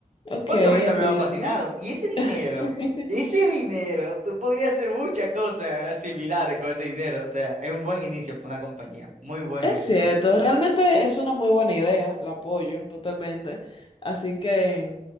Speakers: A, on the left (about 40°); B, on the right (about 65°).
A: Ok,
B: Porque a mí también
A: entiendo.
B: me ha fascinado. Y ese dinero,
A: <laughs>
B: ese dinero, tú podrías hacer muchas cosas similares con ese dinero. O sea, es un buen inicio para una compañía. Muy buen
A: Es
B: inicio.
A: cierto, realmente es una muy buena idea, la apoyo totalmente. Así que